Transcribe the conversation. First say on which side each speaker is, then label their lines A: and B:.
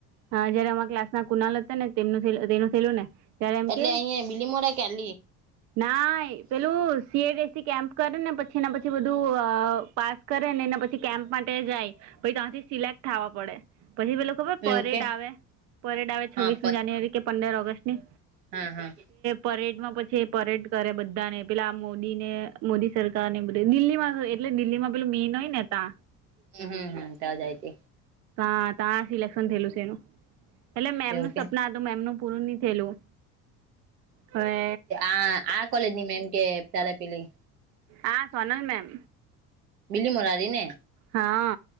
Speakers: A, on the right (about 40°); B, on the right (about 75°).
A: હા જયારે અમા ક્લાસ ના કુનાલ હશે ને તેમનું તેનું થઈલું ને ત્યારે એમ
B: એટલે
A: કે
B: અહંયા બીલીમોરા કે <unintelligible>
A: ના પેલું સીએડીએસી કેમ્પ કરે ને પછીના પછી બધું પાસ કરે ને પછી કેમ્પ માટે જાય પહિ ત્યાંથી સિલેક્ટ થવા પડે પછી પેલુ ખબર પરેડ
B: એવું કે
A: આવે પરેડ આવે
B: હા
A: છવ્વીસમી જાન્યુઆરી કે પંદર ઓગસ્ટ ની
B: હમ્મ હમ્મ
A: પરેડ માં પછી પરેડ કરે બધાને પેલા મોદી ને મોદી સરકાર ને બધે દિલ્હીમાં એટલે દિલ્લી માં પેલુ મીન હોઈ ને તા
B: હમ્મ હમ્મ હમ્મ તાજાય તે
A: હા તા સિલેક્શન થયેલું છે એનું એટલે મેમનું
B: એવું
A: સપના
B: કે
A: મેમનું પૂરું ની થયેલું હવે
B: આ આ કોલેજની મેમ કે <unintelligible> પેલી
A: આ સોનલ મેમ
B: બિલીમોરા વારી ને
A: હા